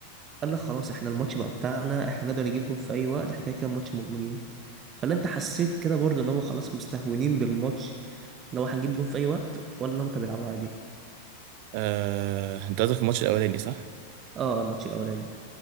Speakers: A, on the right; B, on the right.
A: قال لك خلاص احنا الماتش بقى بتاعنا احنا نقدر نجيب جون في اي وقت احنا كده كده ماتش مضمونين فلا انت حسيت كده برضه ان هو خلاص مستهونين بالماتش لو هنجيب جون في اي وقت ولا هم كانوا بيلعبوا عادي
B: آه انت قصدك في الماتش الاولاني صح
A: اه الماتش الاولاني